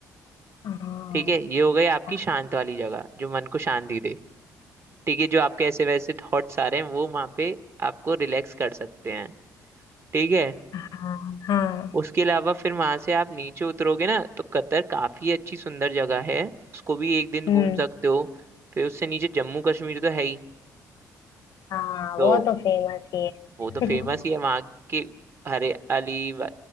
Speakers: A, on the left; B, on the right.
A: हाँ
B: ठीक है ये हो गई आपकी
A: हाँ
B: शांत वाली जगह जो मन को शांति दे ठीक है जो आपके ऐसे वैसे थॉट्स आ रहे हैं वो वहां पे आपको रिलैक्स कर सकते हैं ठीक है
A: हाँ हाँ
B: उसके अलावा फिर वहां से आप नीचे उतरोगे ना तो कतर काफी अच्छी सुंदर जगह है उसको भी एक दिन घूम
A: हम्म
B: सकते हो फिर उससे नीचे जम्मू कश्मीर तो है ही
A: हाँ
B: तो
A: वो तो फेमस ही है
B: वो तो फेमस
A: <laughs>
B: ही है वहाँ के हरियाली व-